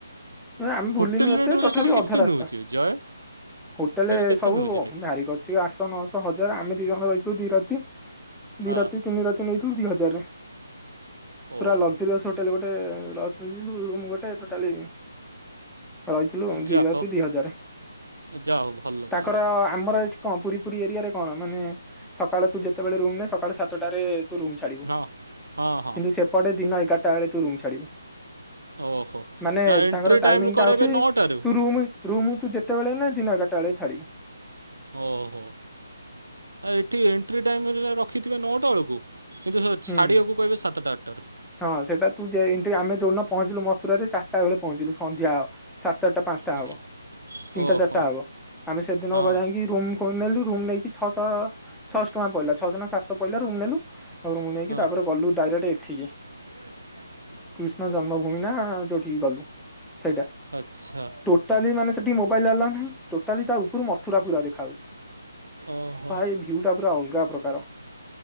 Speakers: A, in the centre; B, on the right.
A: ନା ଆମେ
B: ହୋଟେଲ
A: ବୁଲିିନୁ ଏତେ
B: ରେଟ୍ ଗୁଡ଼ା
A: ତଥାପି
B: ସେଠି କେତେ
A: ଅଧା ରାସ୍ତା।
B: ନେଉଛି ଜୟ
A: ହୋଟେଲ
B: କେତେ
A: ସବୁ
B: ନେଉଛିରେ
A: ଭା ଆଠଶହ, ନଅଶହ, ହଜାର ଆମେ ଦି ଜଣ ରହିଥିଲୁ ଦି ରାତି
B: ହଁ
A: ଦି ରାତି ତିନି ରାତି ନେଇଥିଲୁ ଦି ହଜାରେ। ପୁରା
B: ଓହୋ
A: ଲକ୍ଜରିଅସ୍ ହୋଟେଲ ଗୋଟେ <unintelligible> ରୁମ୍ ଗୋଟେ ଟୋଟାଲି ରହିଥିଲୁ
B: ଯା
A: ଦି ରାତି
B: ହଉ
A: ଦି ହଜାରେ
B: ଯା ହଉ ଭଲ ତାହେଲେ
A: ତାଙ୍କର ଆମର ଏଠି କଣ ପୁରୀ ଫୁରୀ ଏରିଆରେ କଣ ମାନେ ସକାଳ ତୁ ଯେତେବେଳେ ରୁମ୍ ନେ ସକାଳେ ସାତଟାରେ ତୁ ରୁମ୍ ଛାଡି
B: ହଁ ହଁ ହଁ
A: କିନ୍ତୁ ସେପଟେ ଦିନ ଏଗାରଟା ବେଳେ ତୁ ରୁମ୍ ଛାଡିବୁ।
B: ଓହୋ
A: ମାନେ
B: ନା ଏଣ୍ଟ୍ରି
A: ତାଙ୍କର
B: ଟାଇମ୍
A: ଟାଇମିଙ୍ଗ୍
B: କରାଇବେ
A: ଟା ଅଛି
B: ନଅଟାରୁ
A: ତୁ ରୁମି‌ ରୁମ୍ ତୁ ଯେ କେତେବେଳେ ନେ ଦିନ ଏଗାରଟା ବେଳେ ଛାଡିବୁ।
B: ଓ ହୋ ଆଉ ଏଠି ଏଣ୍ଟ୍ରି ଟାଇମ୍ ରେ ରଖିଥିବେ ନଅଟା ବେଳକୁ? କିନ୍ତୁ
A: ହୁଁ।
B: ଛାଡ଼ିବାକୁ କହିବେ ସାତଟା ଆଟାରୁ।
A: ହଁ ସେଇଟା ତୁ ଯେ ଏନ୍ତୀ ଆମେ ଯଉ ଦିନ ପହଞ୍ଚିଲୁ ମଥୁରାରେ ଚାରଟା ବେଳେ ପହଞ୍ଚିଲୁ ସନ୍ଧ୍ୟା ସାର ଚାରଟା ପା ଟା
B: ଓ-
A: ହବ ତିନିଟା
B: ଓହୋ
A: ଚାରିଟା ହବ ଆମେ ସେଦିନ
B: ହଁ
A: ବ ଯାଇକି ରୁମ୍ ନେଲୁ ରୁମ୍ ନେଇକି ଛଅଶ ଛଅଶହ ଟଙ୍କା ପିଲା ଛଅଶ ନା ସାତଶ ପଇଲା ରୁମ୍ ନେଲୁ ରୁମ୍ ନେଇକି
B: ହଁ
A: ତାପରେ ଗଲୁ ଡାଇରେକ୍ଟ ଏଠିକି
B: <inaudible>
A: କୃଷ୍ଣ ଜନ୍ମଭୂମି ନା ଯୋଉଠିକି ଗଲୁ ସେଇଟା
B: ଆଚ୍ଛା
A: ଟୋ ଟାଲି ମାନେ ସେଟି ମୋବାଇଲ ଆଲ୍ଲାଉ ନାହିଁ ଟୋଟାଲି ତା ଉପରୁ ମଥୁରା ପୁର ଦେଖାାଉଛି।
B: ଓହୋ
A: ଭାଇ ଭ୍ୟୁ ଟା ପୁରା ଅଲଗା ପ୍ରକାର।